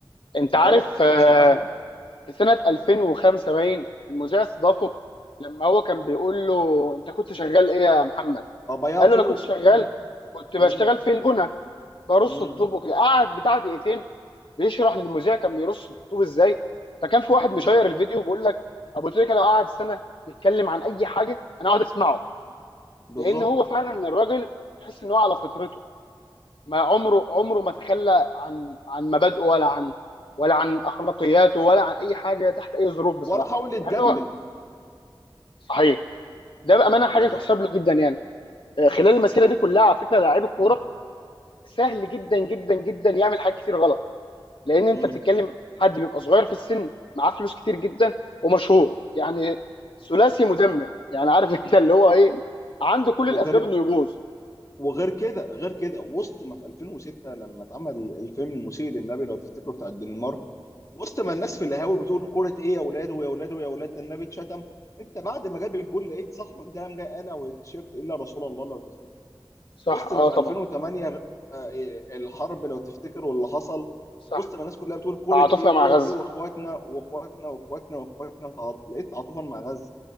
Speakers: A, on the left; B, on the left.
A: انت
B: مواقفه
A: عارف آه،
B: شبههم
A: في سنه 2005 باين المذيع استضافه لما هو كان بيقول له انت كنت شغال ايه يا محمد
B: ابيض
A: قال
B: طوب
A: له انا كنت شغال
B: مم.
A: كنت بشتغل
B: مم.
A: في البنى برص
B: مم.
A: الطوب وكده قعد بتاع دقيقتين بيشرح للمذيع كان بيرص الطوب ازاي فكان في واحد
B: مم.
A: مشير الفيديو بيقول لك ابو تريكه لو قعد سنه بيتكلم عن اي حاجه انا اقعد اسمعه
B: مم. بالظبط
A: لان هو فعلا الراجل تحس ان هو على فطرته ما عمره عمره ما تخلى عن عن مبادئه ولا عن ولا عن اخلاقياته ولا عن اي حاجه تحت اي ظروف بصراحه
B: ولا حاول يتجمل
A: مع انه صحيح ده بامانه
B: يعني
A: حاجه تحسب له جدا يعني آه، خلال المسيره
B: هو
A: دي كلها على فكره لعيب الكوره
B: مم.
A: سهل جدا جدا جدا يعمل حاجات كتير غلط لان انت
B: مم.
A: بتتكلم حد بيبقى صغير في السن معاه فلوس كتير جدا ومشهور يعني
B: مم.
A: ثلاثي مدمر يعني عارف <laughs> انت اللي هو ايه عنده كل
B: وغير
A: الاسباب انه يبوظ
B: وغير كده غير كده وسط ما في 2006 لما اتعمل الفيلم المسيء للنبي لو تفتكروا بتاع الدنمارك وسط ما
A: لست
B: الناس
A: صح
B: في القهاوي بتقول كرة ايه يا اولاد ويا اولاد ويا اولاد ده النبي اتشتم انت بعد ما جاب الجول لقيت صاحبك ده قام جاي قالع والتيشيرت الا رسول الله لو تفتكر
A: صح،
B: وسط
A: اه
B: ما في
A: طبعا
B: 2008 غ- آه، إيه، الحرب لو تفتكر واللي حصل
A: صح
B: وسط ما الناس كلها بتقول كورة
A: تعاطفنا
B: ايه وكورة
A: مع غزة
B: ايه واخواتنا واخواتنا واخواتنا واخواتنا تع- لقيت تعاطفا مع غزة